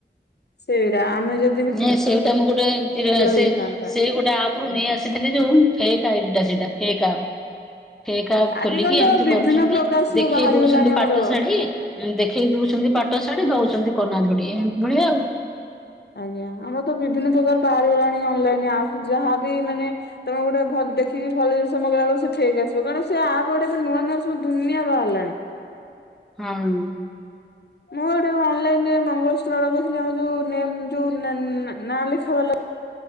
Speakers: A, on the left (about 60°); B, in the centre.
A: ସେ ରାମେ ଯ
B: ମେ ସେଇଟା ମୁଁ ଗୋଟେ ଏମତି ସେ
A: ହେଇଥାନ୍ତା।
B: ସେଇ ଗୋଟେ ଆପ ରୁ ନେଇ ଆସିଥିଲି ଯୋଉ ଫେକ ଆଇଡି ସେଇଟା ଫେକ ଆପ। ଫେକ ଆପ
A: ଆଜିକାଲି
B: ଖୋଲିକି ଏମିତି
A: ତ ବିଭିନ୍ନ
B: କରୁଛନ୍ତି
A: ପ୍ରକାର ସବୁ
B: ଦେଖେଇ
A: ବାହାରିଗଲାଣି
B: ଦଉଛନ୍ତି ପାଟ
A: ଆମର
B: ଶାଢୀ ଦେଖେଇ ଦଉଛନ୍ତି ପାଟ ଶାଢ଼ୀ ଦଉଛନ୍ତି କନା ଧଡି ଏମିତି ଭଳିଆ ଆଉ
A: ଆଜ୍ଞା ଆମର ତ ବିଭିନ୍ନ ପ୍ରକାର ବାହାରି ଗଲାଣି ଅନଲାଇନ ଆପ ଯାହାବି ମାନେ ତମେ ଗୋଟେ ଭଲ ଦେଖିକି ଭଲ ଜିନିଷ ମଗେଇଲା ବେଳ ସେ ଫେକ ଆସିବ କାରଣ ସେ ଆପ ଗୋଟେ ଏବେ ନୂଆ ନୂଆ ସବୁ ଦୁନିଆ ବାହାରିଲାଣି।
B: ହଁ।
A: ମୁଁ ଗୋଟେ ଅଲଲାଇନରେ ମଙ୍ଗଳସୂତ୍ର ଯୋଉ ନେମ୍ ନା ଲେଖା ଵାଲା